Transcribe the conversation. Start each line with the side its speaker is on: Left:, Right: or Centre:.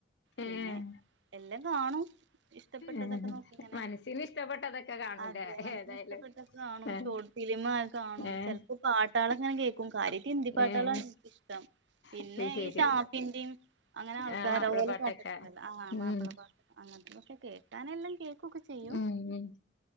Right: പിന്നെ
Left: ഏഹ്
Right: എല്ലം കാണും ഇഷ്ടപ്പെട്ടതൊക്കെ
Left: ഏഹ്
Right: നോക്കി ഇങ്ങനെ
Left: മനസ്സിന് ഇഷ്ടപ്പെട്ടതൊക്കെ കാണൂലേ
Right: അതെ മനസ്സിന്
Left: ഏതായാലും
Right: ഇഷ്ടപ്പെട്ട കാണും
Left: ഏഹ്
Right: ഷോ ട്ട് ഫിലിമൊക്കെ കാണും
Left: ഏഹ്
Right: ചെൽപ്പോ പാട്ടള് ഇങ്ങനെ കേക്കും കാര്യം ഹിന്ദി പാട്ടളാണ്
Left: ഏഹ്
Right: ഇൻക്ക് ഇഷ്ടം പിന്നെ
Left: അത് ശരി
Right: ഈഹ് ഷാഫിന്റേം അങ്ങനെ ആൾക്ക
Left: ആഹ്
Right: കരവോല
Left: മാപ്പിളപ്പാട്ടൊക്കെ
Right: പാട്ടൊക്കെണ്ടല്ലോ ആഹ്
Left: ഉം
Right: മാപ്പിള പാട്ട് അങ്ങനത്തെക്കെ കേൾക്കാനെല്ലാം കേൾക്കൊക്കെ ചെയ്യും
Left: മ് മ്